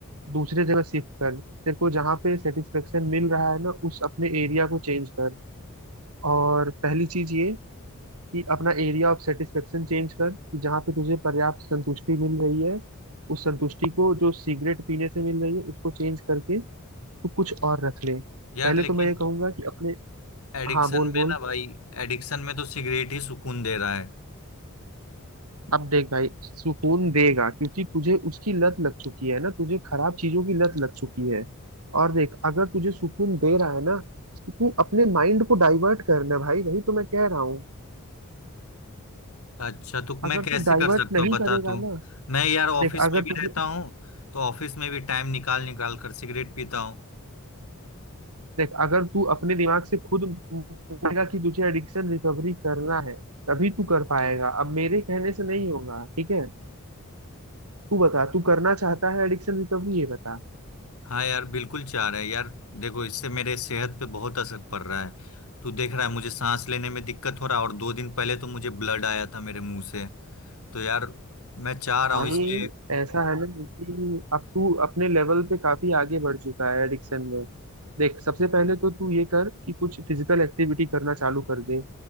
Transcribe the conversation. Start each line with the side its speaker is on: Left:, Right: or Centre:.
Right: दूसरे जगह शिफ्ट कर तेरे को जहाँ पे सेटिस्फेक्शन मिल रहा है ना उस अपने एरिया को चेंज कर और पहली चीज ये कि अपना एरिया ऑफ सेटिस्फेक्शन चेंज कर कि जहाँ पे तुझे पर्याप्त संतुष्टि मिल रही है उस संतुष्टि को जो सिगरेट पीने से मिल रही है उसको चेंज करके तू कुछ और रख ले
Left: यार
Right: पहले
Left: लेकिन
Right: तो मैं ये कहूंगा कि अपने
Left: एडिक्शन
Right: हाँ बोल बोल
Left: में ना भाई एडिक्शन में तो सिगरेट ही सुकून दे रहा है
Right: अब देख भाई सुकून देगा क्योंकि तुझे उसकी लत लग चुकी है ना तुझे खराब चीजों की लत लग चुकी है और देख अगर तुझे सुकून दे रहा है ना तो तू अपने माइंड को डाइवर्ट करना भाई वही तो मैं कह रहा हूँ
Left: अच्छा तो
Right: अगर
Left: मैं कैसे
Right: तू डाइवर्ट
Left: कर सकता
Right: नहीं
Left: हूँ बता
Right: करेगा
Left: तू
Right: ना
Left: मैं यार ऑफिस
Right: देख अगर
Left: में भी
Right: तुझे
Left: रहता हूँ तो ऑफिस में भी टाइम निकाल निकाल कर सिगरेट पीता हूँ
Right: देख अगर तू अपने दिमाग से खुद मानेगा कि तुझे एडिक्शन रिकवरी करना है तभी तू कर पाएगा अब मेरे कहने से नहीं होगा ठीक है तू बता तू करना चाहता है एडिक्शन रिकवरी ये बता
Left: हाँ यार बिल्कुल चाह रहा है यार देखो इससे मेरे सेहत पे बहुत असर पड़ रहा है तू देख रहा है मुझे सांस लेने में दिक्कत हो रहा है और दो दिन पहले तो मुझे ब्लड आया था मेरे मुंह से तो यार मैं चाह रहा
Right: भाई
Left: हूँ इसलिए
Right: ऐसा है ना कि अब तू अपने लेवल पे काफी आगे बढ़ चुका है एडिक्शन में देख सबसे पहले तो तू ये कर कि कुछ फिजिकल एक्टिविटी करना चालू कर दे